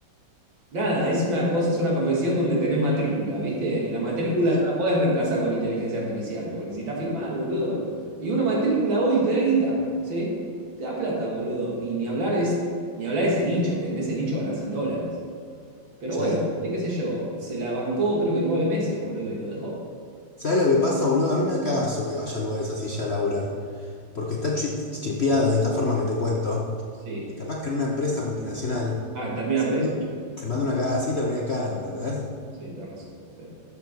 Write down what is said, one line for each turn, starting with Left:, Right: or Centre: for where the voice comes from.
Right: Nada, es una cosa, es una profesión donde tenés matrícula, ¿viste? Y la matrícula
Left: pero-
Right: no la podés reemplazar con inteligencia artificial, porque necesitas firmar, boludo. Y una matrícula hoy te da guita, ¿sí? Te da plata, boludo. Y ni hablar es, ni hablar ese nicho, que en ese nicho ganás en dólares. Pero
Left: sí.
Right: bueno, ¿viste? qué sé yo, se la bancó creo que nueve meses, boludo, y lo dejó.
Left: ¿Sabés lo que pasa, boludo? A mí me da cagazo que vaya a lugares así ya a laburar. porque está chi- chipeado de esta forma que te cuento,
Right: Sí.
Left: y capaz que en una empresa multinacional
Right: Ah, termina
Left: se
Right: preso. che.
Left: se manda
Right: Hm,
Left: una cagada así y termina en cana, ¿me entendés?
Right: Sí, tenés razón. Sí.